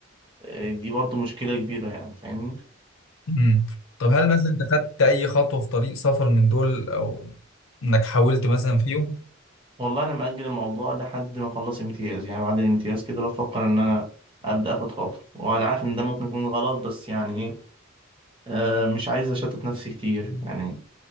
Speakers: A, on the right (about 25°); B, on the left (about 85°).
A: آه، دي برضه مشكلة كبيرة يعني فاهمني؟
B: امم طب هل مثلا انت خدت اي خطوه في طريق سفر من دول او انك حاولت مثلا فيهم
A: والله انا مأجل الموضوع لحد ما اخلص امتياز يعني بعد الامتياز كده بفكر ان انا ابدا اخد خطوه وانا عارف ان ده ممكن يكون غلط بس يعني ايه آه مش عايز اشتت نفسي كتير يعني